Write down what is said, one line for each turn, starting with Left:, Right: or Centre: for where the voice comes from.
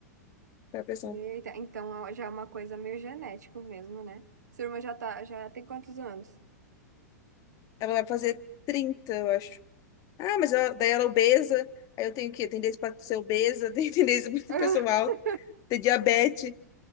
Left: pra pressão.
Right: Eita, então ó, já é uma coisa meio genético mesmo, né? Sua irmã já tá, já tem quantos anos?
Left: Ela vai fazer trinta eu acho. Ah, mas ela, daí ela é obesa. Aí eu tenho que, eu tenho tendência pra ser obesa, <laughs> tenho tendência para ser
Right: <laughs>
Left: pressão alta. ter diabetes.